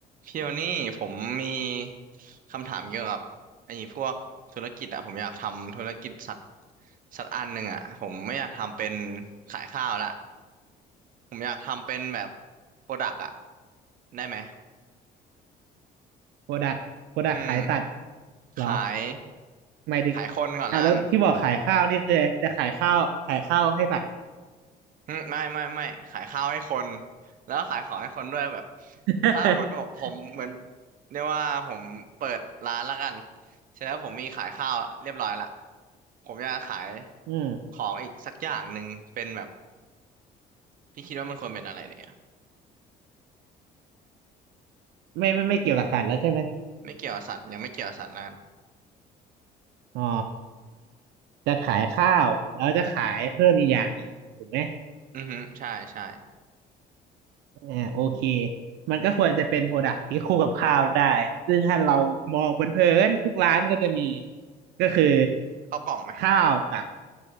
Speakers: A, on the right; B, on the right.
A: พี่วนนี่ผมมีคำถามเกี่ยวกับไอ้พวกธุรกิจอะผมอยากทำธุรกิจสักสักอันหนึ่งอะผมไม่อยากทำเป็นขายข้าวละผมอยากทำเป็นแบบโปรดักอะได้ไหม
B: โปรดักโปรดักขายสัตว์
A: อืม
B: เหรอ
A: ขาย
B: หมายถึง
A: ขายคนก่อนล้าน
B: อ่ะแล้วที่บอกขายข้าวนี่คือจะขายข้าวขายข้าวให้สัตว์เหรอ
A: อืมไม่ไม่ไม่ขายข้าวให้คนแล้วก็ขายของให้คนด้วยแบบ
B: <laughs>
A: ถ้าหมดผมผมเหมือนเรียกว่าผมเปิดร้านแล้วกันเสร็จแล้วผมมีขายข้าวเรียบร้อยละผมจะขาย
B: อืม
A: ของอีกสักอย่างหนึ่งเป็นแบบพี่คิดว่ามันควรเป็นอะไรเนี่ย
B: ไม่ไม่ไม่เกี่ยวกับสัตว์แล้วใช่ไหม
A: ไม่เกี่ยวกับสัตว์ยังไม่เกี่ยวกับสัตว์แล้วกัน
B: อ๋อจะขายข้าวแล้วจะขายเพิ่มอีกอย่างหนึ่งถูกไหม
A: อือฮึใช่ใช่
B: อ่าโอเคมันก็ควรจะเป็นโปรดักที่คู่กับข้าวได้ซึ่งถ้าเรามองเพลินๆทุกร้านมันก็จะมีก็คือ
A: ข้าวกล่องไหม
B: ข้าวกับ